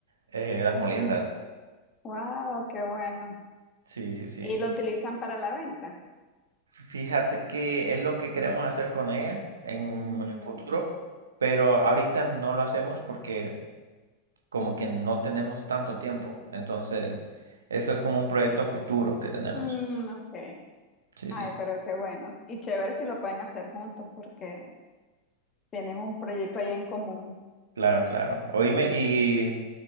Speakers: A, on the right; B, on the left.
A: eh, las moliendas.
B: Wow, qué bueno.
A: Sí, sí, sí.
B: Y lo utilizan para la venta.
A: Fíjate que es lo que queremos hacer con ella en
B: Ujú.
A: el futuro, pero ahorita no lo hacemos porque como que no tenemos tanto tiempo. Entonces, eso es como un proyecto a futuro que tenemos.
B: Mm, ok.
A: Sí,
B: Ay,
A: sí, sí.
B: pero qué bueno. Y chévere si lo pueden hacer juntos porque tienen un proyecto ahí en común.
A: Claro, claro. Oíme, y